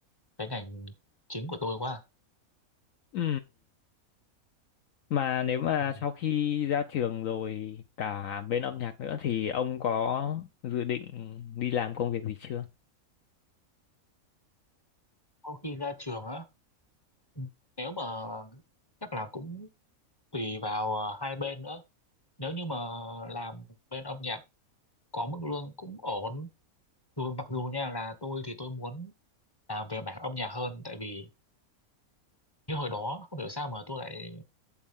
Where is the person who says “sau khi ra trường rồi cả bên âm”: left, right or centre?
Left